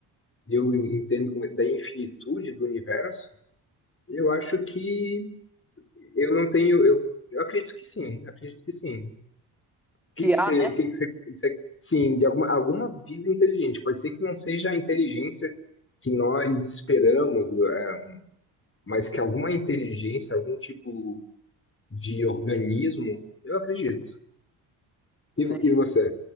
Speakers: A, on the left; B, in the centre.
A: eu entendo da infinitude do universo, eu acho que eu não tenho. Eu, eu acredito que sim, eu acredito que sim. O que
B: que
A: que
B: há,
A: você, o que que você, você- sim, de alguma, alguma vida inteligente. Pode ser que não seja a inteligência que nós esperamos, é, mas que alguma inteligência, algum tipo de organismo, eu acredito. E, vo-
B: né?
A: e você?